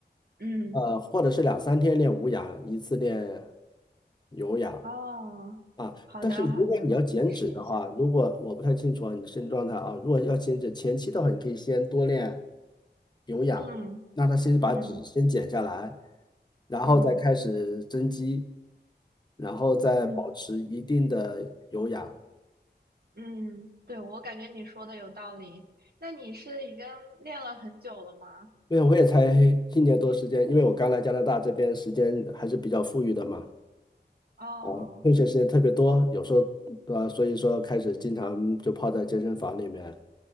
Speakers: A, on the right (about 60°); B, on the left (about 25°).
A: 嗯。
B: 呃，或者是两三天练无氧，一次练有氧。
A: 哦，
B: 啊，
A: 好的好的，
B: 但是如果你要减脂的话，
A: 可以试一下。
B: 如果我不太清楚啊你的身体状态啊，如果要减脂前期的话，你可以先多练有氧，
A: 嗯
B: 让他先把脂先减下来，
A: 嗯
B: 然后再开始增肌，
A: 嗯
B: 然后再保持一定的有氧。
A: 嗯嗯，对，我感觉你说的有道理。那你是已经练了很久了吗？
B: 因为我也才 <laughs> 一年多时间，因为我刚来加拿大这边时间还是比较富裕的嘛，
A: 哦，
B: 哦，空闲时间特别多，有时候对吧？所以说开始经常就泡在健身房里面